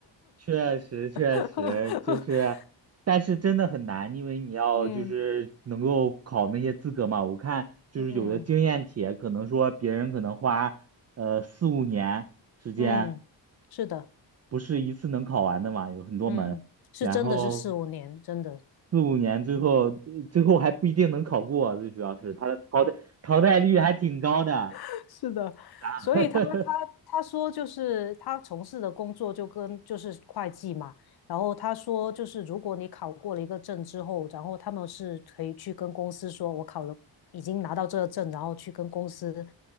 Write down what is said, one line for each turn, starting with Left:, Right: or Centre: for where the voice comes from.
Right: 确实，确实就是，
Left: <laughs>
Right: 但是真的很难，因为你要就是能够考那些资格嘛。
Left: 嗯
Right: 我看就是有的经验帖，
Left: 嗯
Right: 可能说别人可能花呃四五年时间，
Left: 嗯，是的，
Right: 不是一次能考完的嘛，有很多门，
Left: 嗯，是真的是四五年，
Right: 然后
Left: 真的。对。
Right: 四五年最后呃最后还不一定能考过，最主要是它的淘汰淘汰率还挺高的啊。
Left: <laughs> 是的，
Right: <laughs>
Left: 所以他他他说就是他从事的工作就跟就是会计嘛，然后他说就是如果你考过了一个证之后，然后他们是可以去跟公司说，我考了已经拿到这个证，然后去跟公司